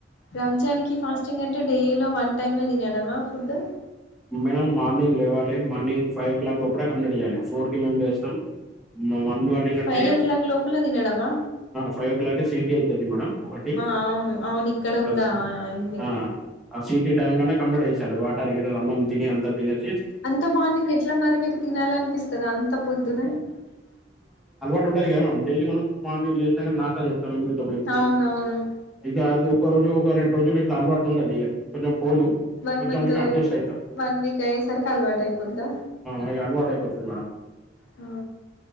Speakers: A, on the left; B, in the centre.
A: రంజాన్ కి ఫాస్టింగ్ అంటే డే లో వన్ టైమ్ ఏ తినడమా ఫుడ్డు
B: మేడం మార్నింగ్ లేవాలి మార్నింగ్ ఫైవ్ ఓ క్లాక్ లోపల కంప్లీట్ చేయాలి ఫోర్ కి మేము లేస్తాం మమ్మీ వాళ్ళ కంటే
A: ఫైవ్ ఓ క్లాక్ లోపల తినడమా
B: ఫైవ్ ఓ క్లాక్ సిటీ అవుతుంది మేడం ఒకటి
A: ఆ అవును అవును ఇక్కడ
B: <unintelligible>
A: కూడా అండి
B: సిటీ టైమ్ లోనే కంప్లీట్ చేసా వాటర్ అన్నం తిని అంత <unintelligible>
A: అంత మార్నింగ్ ఎట్లా మరి మీకు తినాలి అనిపిస్తుంది అంత పొద్దున
B: <unintelligible> కద మేడం డైలీ మన మార్నింగ్ లేస్త నాస్తా చేస్తం <unintelligible>
A: అవునవును
B: ఒక రోజు ఒక రెండు రోజులు ఇట్లా అలవాటు ఉంటది ఇగ కొంచెం పోదు
A: వన్
B: కొంచెం
A: మంత్
B: కొంచెం అడ్జెస్ట్
A: వన్ వీక్ అయ్యేసరికి అలవాటు అయిపోందా
B: <unintelligible> అలవాటుయిపోతది మేడం
A: ఆ